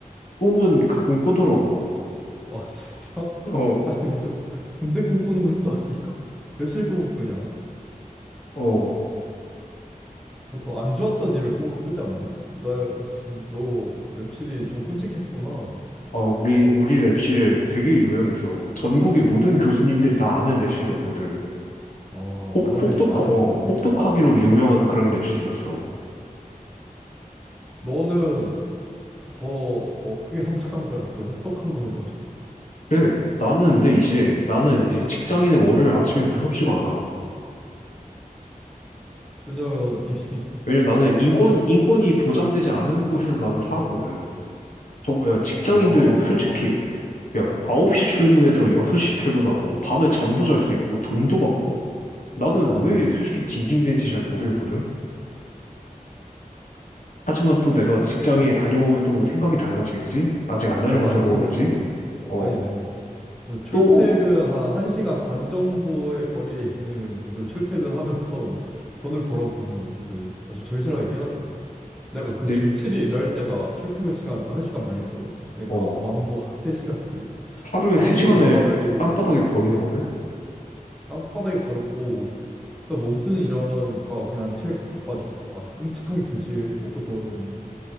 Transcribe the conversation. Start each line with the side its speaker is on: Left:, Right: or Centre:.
Left: 꿈은 가끔 꾸더라고.
Centre: 아, 진짜?
Left: 어,
Centre: <laughs> 아니, 무슨, 군대 꿈꾸는 것도 아니고, <laughs> 랩실 꿈을 꾸냐?
Left: 어.
Centre: 보통 안 좋았던 일을 꿈으로 꾸지 않나? 나, 진짜 너 랩실이 좀 끔찍했구나.
Left: 아, 우리, 우리 랩실 되게 유명했어.
Centre: 어.
Left: 전국의 모든 교수님들이 다 아는 랩실이었거든.
Centre: 아, 워라밸이
Left: 혹, 혹독하,
Centre: 많이
Left: 어,
Centre: 안 좋네.
Left: 혹독하기로 유명한 그런 랩실이었어.
Centre: 너는 더 어, 크게 <laughs> 성장한 거야. 그 혹독한 곳을 거쳐서.
Left: 그래, 나는 근데 이제,
Centre: 음.
Left: 나는 이제 직장인의 월요일 아침이 무섭지가 않아.
Centre: 왜냐면 이미
Left: 왜냐면 나는 인권이,
Centre: 어?
Left: 인권이 보장되지 않은 곳에서 나는 살았거든. 정, 야, 직장인들
Centre: 아... 어,
Left: 솔직히 야, 9시 출근해서 6시 퇴근하고 밤에 잠도 잘 수 있고 돈도 받고 나는
Centre: 맞아.
Left: 왜 솔직히 징징대는지 잘 모르겠거든. 하지만 또 내가
Centre: 근데
Left: 직장에 다녀보면 또 생각이 달라지겠지? 아직 안 다녀봐서
Centre: 어, 많이
Left: 그런
Centre: 달라질
Left: 거겠지?
Centre: 거야. 어,
Left: 어,
Centre: 많이 달라. 그래서 출퇴근
Left: 또,
Centre: 한 1시간 반 정도의 거리에 있는 곳을 출퇴근하면서 <laughs> 돈을 벌어보면 그 아주 절실하게 깨닫게 돼. 내가 그
Left: 이제,
Centre: 주 7일 일할 때가 출퇴근 시간 1시간 반이었거든. 그러니까
Left: 어,
Centre: 왕복 3시간짜리.
Left: 하루에
Centre: 아주
Left: 3시간을
Centre: 워라밸이
Left: 땅바닥에 버리는 거네?
Centre: 땅바닥에 버렸고 그래서 몸쓰는 일하니까 그냥 체력도 다 빠지고 아주 끔찍하게 그지 없었던